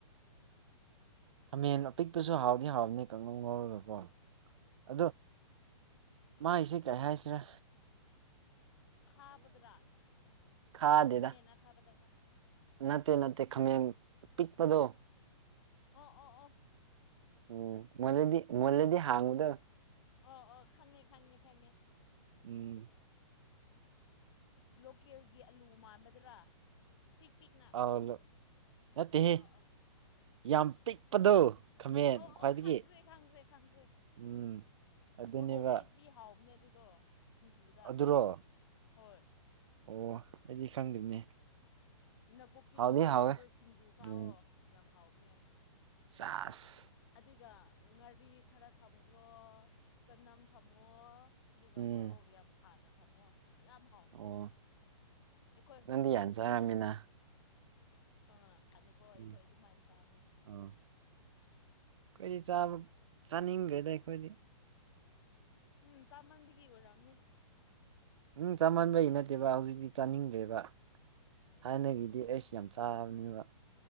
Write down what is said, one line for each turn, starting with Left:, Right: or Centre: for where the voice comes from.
Right: ꯈꯥꯃꯦꯟ ꯑꯄꯤꯛꯄꯁꯨ ꯍꯥꯎꯗꯤ ꯍꯥꯎꯕꯅꯦ ꯀꯪꯉꯧ ꯉꯧꯔꯒꯀꯣ ꯑ ꯃ ꯏꯁꯦ ꯀꯩ ꯍꯥꯏꯁꯤꯔꯦ
Left: ꯈꯥꯕꯗꯔꯥ
Right: ꯈꯥꯗꯦꯗ
Left: ꯈꯃꯅꯥ ꯈꯥꯕꯗ꯭ꯔꯥ
Right: ꯅꯠꯇꯦ ꯅꯠꯇꯦ ꯈꯥꯃꯦꯟ ꯄꯤꯛꯄꯗꯣ
Left: ꯑꯣ ꯑꯣ ꯑꯣ
Right: ꯎꯝ ꯃꯗꯤ ꯃꯦꯗꯤ ꯍꯥꯡꯉꯗ
Left: ꯑꯣ ꯑꯣ ꯈꯪꯉꯦ ꯈꯪꯉꯦ ꯈꯪꯉꯦ
Right: ꯎꯝ
Left: ꯑꯁ ꯂꯣꯀꯦꯜꯒꯤ ꯑꯂꯨ ꯃꯥꯟꯕꯗꯨꯔꯥ ꯄꯤꯛ ꯄꯤꯛꯅ
Right: ꯑꯂꯣ ꯅꯠꯇꯦꯍꯦ
Left: ꯑꯣ ꯑꯣ ꯑꯣ
Right: ꯌꯥꯝ ꯄꯤꯛꯄꯗꯣ ꯈꯥꯃꯦꯟ
Left: ꯑ
Right: ꯈ꯭ꯋꯥꯏꯗꯒꯤ
Left: ꯑ ꯈꯪꯈ꯭ꯔꯦ ꯈꯪꯈ꯭ꯔꯦ ꯈꯪꯈ꯭ꯔꯦ
Right: ꯎꯝ ꯑꯗꯨꯅꯦꯕ
Left: ꯃꯣꯔꯣꯛ ꯃꯦꯠꯄꯤ ꯍꯥꯎꯅꯦ ꯑꯗꯨ ꯇꯣ ꯁꯤꯡꯖꯨꯗ
Right: ꯑꯗꯨꯔꯣ
Left: ꯍꯣꯏ
Right: ꯑꯣ ꯑꯩꯗꯤ ꯈꯪꯗ꯭ꯔꯤꯅꯦ
Left: ꯅꯥꯀꯨꯞꯄꯤꯒꯀꯣ
Right: ꯍꯥꯎꯗꯤ ꯍꯥꯎꯋꯦ
Left: ꯑꯗꯨꯗ ꯁꯤꯡꯖꯨ ꯆꯥꯋꯣ
Right: ꯎꯝ
Left: ꯌꯥꯝ ꯍꯥꯎꯕꯅꯦ
Right: ꯆꯥꯁ
Left: ꯑꯗꯨꯒ ꯉꯔꯤ ꯈꯔ ꯊꯝꯈ꯭ꯔꯣ ꯆꯅꯝ ꯊꯝꯃꯣ ꯑꯗꯨꯒ
Right: ꯎꯝ
Left: ꯃꯣꯔꯣꯛ ꯌꯥꯝ ꯁꯥꯅ ꯊꯝꯃꯣ ꯌꯥꯝ ꯍꯥꯎꯕꯅꯦ
Right: ꯑꯣ
Left: ꯑꯩꯈꯣꯏ
Right: ꯅꯪꯗꯤ
Left: ꯍꯣꯁꯇꯦꯜ
Right: ꯌꯥꯝ ꯆꯥꯔꯝꯃꯤꯅ
Left: ꯂꯩ ꯑꯥ ꯍꯥꯟꯗꯛꯀꯣ ꯑꯩꯈꯣꯏ
Right: ꯎꯝ
Left: ꯑꯗꯨꯃꯥꯏꯅ ꯆꯥꯕꯅꯦ
Right: ꯑꯥ ꯑꯩꯈꯣꯏꯗꯤ ꯆꯥꯕ ꯆꯥꯅꯤꯡꯈ꯭ꯔꯦꯗ ꯑꯩꯈꯣꯏꯗꯤ
Left: ꯎꯝ ꯆꯥꯃꯟꯕꯒꯤ ꯑꯣꯏꯔꯝꯅꯦ
Right: ꯎꯝ ꯆꯥꯃꯟꯕꯩ ꯅꯠꯇꯦꯕ ꯍꯧꯖꯤꯛꯇꯤ ꯆꯥꯅꯤꯡꯗ꯭ꯔꯦꯕ
Left: ꯎꯝ
Right: ꯊꯥꯏꯅꯒꯤꯗꯤ ꯑꯩꯁ ꯌꯥꯝ ꯆꯥꯕꯅꯦꯕ